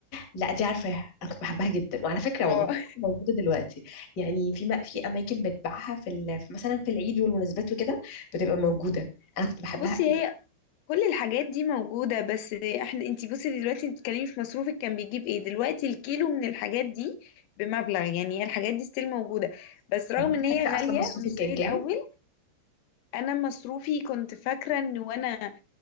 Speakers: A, on the left; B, on the left.
A: لا دي عارفاها انا كنت بحبها جدا وعلى فكره والله
B: اه
A: موجوده دلوقتي يعني في م... في اماكن بتباعها في, ال... في مثلا في العيد والمناسبات وكده بتبقى موجوده انا كنت
B: <laughs>
A: بحبها
B: بصي
A: قوي.
B: هي كل الحاجات دي موجودة بس احنا انتي بصي دلوقتي بتتكلمي في مصروفك كان بيجيب ايه دلوقتي الكيلو من الحاجات دي بمبلغ يعني هي الحاجات دي ستيل موجودة بس رغم
A: طب انت
B: ان
A: فاكره
B: هي
A: اصلا
B: غالية
A: مصروفي
B: مش
A: كان
B: زي
A: كام
B: الأول انا مصروفي كنت فاكرة ان وانا